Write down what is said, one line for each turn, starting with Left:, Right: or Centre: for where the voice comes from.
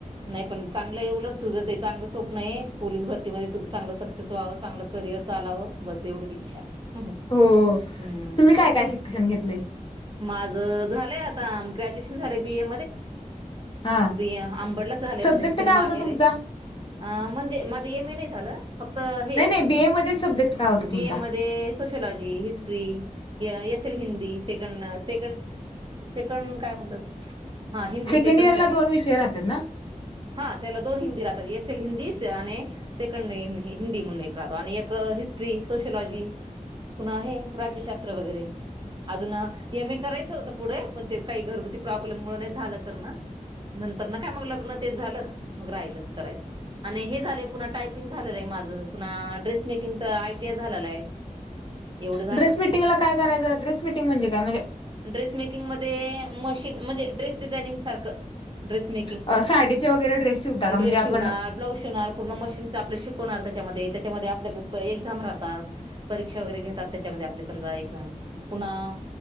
Right: नाही पण चांगलय आहे उलट तुझं ते चांगल स्वप्न आहे पोलीस भरती व्हायच तुझं चांगलं सक्सेस व्हावं चांगलं करिअर चालावं बस ऐवढीच इच्छा आहे हम्म
Left: हो तुम्ही काय काय शिक्षण घेतलंय
Right: माझ झालंय आता ुी
Left: हा
Right: ब मध्ये
Left: सब्जेक्ट
Right: शिकन
Left: काय
Right: माहेर
Left: होता तुमचा?
Right: आहे अ म्हणजे माझं एमही नाही झालं फक्त हे
Left: नाही नाही बीए
Right: न
Left: मध्ये सब्जेक्ट काय होता
Right: बी
Left: तुमचा?
Right: ए मध्ये सोशलॉजी हिस्ट्री असल हिंदी सेकंड सेकंड सेकंड काय म्हणतात हा हिंदी
Left: सेकंड
Right: सेकंडस
Left: इयरला
Right: आहे
Left: दोन विषय राहतात ना?
Right: हा त्याला दोन हिंदी राहतात एस एल हिंदी आणि सेकंड हिंदी म्हणून एक राहतो आणि हिस्ट्री सोशलॉजी पुन्हा आहे राज्यशास्त्र वगैरे अजून एम ए करायचं होतं पुढे पण ते काही घरगुती प्रॉब्लेम मु नाही झालं करण नंतर ना काय मग लग्न तेच झालं मग राहिलच करायचं आणि हे झालंय पुन्हा टायपिंग झालेलं आहे माझं पुन्हा ड्रेस मेकिंगच आयटीआ झालेलं आहे <unintelligible> झालंय
Left: ड्रेस मिटिंगला काय करायचं ड्रेस मिटिंग म्हणेय म्हजे
Right: ड्रेस मेकिंगमध्ये मशीन म्हणजे ड्रेस डिझायनिंग सारखं ड्रेस मेकिंग
Left: अ साडीचे वगैरे ड्रेस शिवता का?
Right: ड्रेस
Left: म्हणजे आपण
Right: शिवणार ब्लाउज शिव पूर्ण मशीन आपल्या शव कोणार त्याच्यामध्ये त्याच्यामध्ये आपल्याक एक्झाम राहतात परीक्षा वगैरे घेतात त्याच्यामध्ये आपले समजा एक्झाम पुन्हा